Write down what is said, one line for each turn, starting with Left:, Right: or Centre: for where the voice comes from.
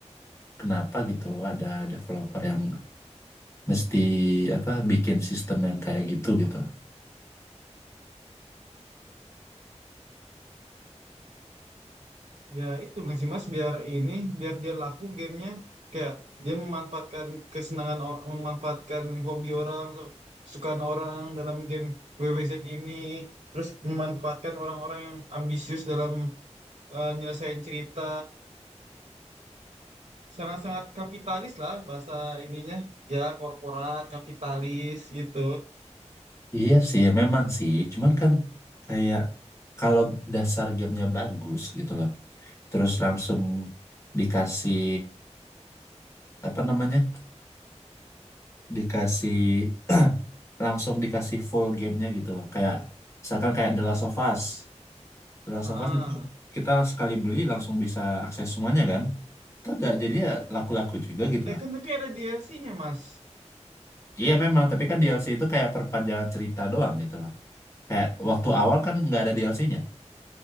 Left: kenapa gitu ada developer yang mesti apa bikin sistem yang kayak gitu gitu.
Right: Ya itu nggak sih Mas biar ini biar dia laku gamenya kayak dia memanfaatkan kesenangan o- memanfaatkan hobi orang su- kesukaan orang dalam game WWZ ini terus memanfaatkan orang-orang yang ambisius dalam eh, nyelesain cerita sangat-sangat kapitalis lah bahasa ininya ya korporat kapitalis gitu
Left: Iya sih, memang sih. Cuman kan kayak kalau dasar gamenya bagus gitu loh. Terus langsung dikasih apa namanya dikasih <clears throat> langsung dikasih full gamenya gitu loh. Kayak misalkan kayak The Last of Us. The Last
Right: Heeh.
Left: of Us itu kita sekali beli langsung bisa akses semuanya kan. Itu ja- jadi ya laku-laku juga gitu
Right: eh
Left: loh.
Right: kan tapi ada DLC-nya mas
Left: Iya memang, tapi kan DLC itu kayak perpanjangan cerita doang gitu loh. Kayak waktu awal kan nggak ada DLC-nya.